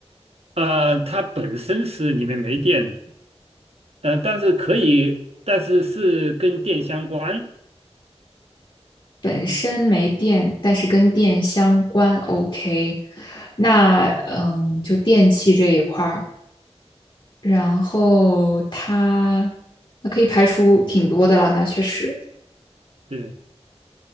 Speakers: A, on the right; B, on the left.
A: 呃，它本身是里面没电的，呃，但是可以，但是是跟电相关，
B: 本身没电，但是跟电相关，OK。那嗯，就电器这一块儿，然后它那可以排除挺多的了，那确实。
A: 对，